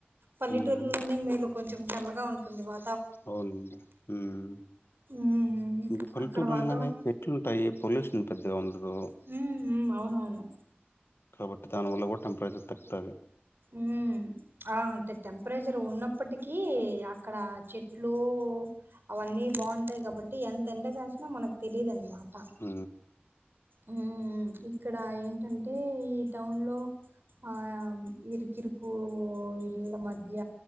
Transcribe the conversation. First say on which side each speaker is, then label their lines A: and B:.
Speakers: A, on the right; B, on the left.
A: పల్లెటూరులోనే
B: ఉమ్,
A: మేలు కొంచెం చల్లగా ఉంటుంది వా
B: అవునుండి హ్మ్
A: హ్మ్.
B: మీకు పల్లెటూరానగానే
A: అక్కడ వాతావరణం
B: చెట్లుంటాయి పొల్యూషన్ పెద్దగా ఉండదు
A: హహ్మ్ అవునవును
B: కాబట్టి దానివల్ల కూడా టెంపరేచర్ తగ్గతది
A: ఉ ఆ అంటే టెంప్రారిజర్ ఉన్నప్పటికీ అక్కడ చెట్లు అవన్నీ బొం అయి కాబట్టి ఎంత ఎండ కాసినా మనకు తెలీయదున్నమాట
B: ఆ
A: హ్మ్ ఇక్కడ ఏంటంటే ఈ టౌన్లో ఆయ ఇరుకిరుకు ఇళ్ల మధ్య